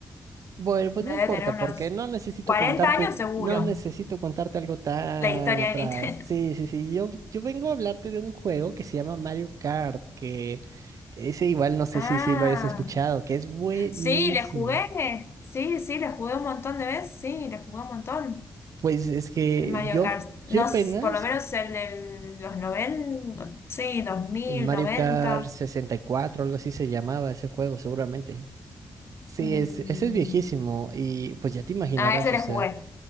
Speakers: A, on the right; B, on the left.
A: Bueno, pues
B: me
A: no importa,
B: debe tener unos
A: porque no necesito
B: 40
A: contarte,
B: años seguro,
A: no necesito contarte algo tan
B: la historia
A: atrás.
B: de Nintendo.
A: Sí,
B: <laughs>
A: sí, sí. Yo, yo vengo a hablarte de un juego que se llama Mario Kart, que ese igual no sé
B: Ah,
A: si, si lo hayas escuchado, que es buenísimo.
B: sí, le jugué, sí, sí, le jugué un montón de veces, sí, le jugué un montón.
A: Pues es que
B: El Mario
A: yo,
B: Kart,
A: yo
B: no,
A: apenas,
B: s- por lo menos el de los 90 sí, 2000,
A: Mario
B: 90.
A: Kart 64, algo así se llamaba ese juego, seguramente. Sí,
B: mm,
A: es, ese es viejísimo y pues ya te imaginarás,
B: A ese le
A: o sea.
B: jugué.